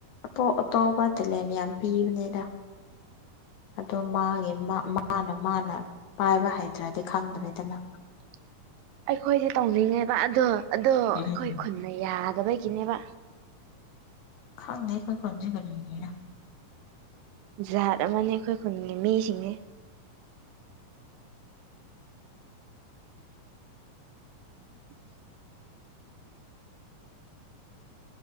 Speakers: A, on the left (about 75°); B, on the right (about 85°).
A: ꯑꯇꯣꯞ ꯑꯇꯣꯞꯄ ꯇꯦꯂꯦꯟ ꯌꯥꯝ ꯄꯤꯕꯅꯦꯗ ꯑꯗꯣ ꯃꯥꯒꯤ ꯃꯥ ꯃꯥꯅ ꯃꯥꯅ ꯄꯥꯏꯕ ꯍꯩꯇ꯭ꯔꯗꯤ ꯈꯪꯗ꯭ꯔꯦꯗꯅꯥ
B: <inaudible> ꯑꯩꯈꯣꯏꯗꯤ ꯇꯧꯅꯤꯡꯉꯦꯕ ꯑꯗꯣ ꯑꯗꯣ
A: ꯎꯝ
B: ꯑꯩꯈꯣꯏ ꯈꯨꯟꯅ ꯌꯥꯗꯕꯒꯤꯅꯦꯕ
A: ꯈꯪꯗ ꯑꯩꯈꯣꯏ ꯈꯨꯟꯖꯦ ꯀꯔꯤꯒꯤꯔꯥ
B: ꯖꯥꯠ ꯑꯃꯅꯦ ꯑꯩꯈꯣꯏ ꯈꯨꯟꯒꯤ ꯃꯤꯁꯤꯡꯁꯦ <inaudible>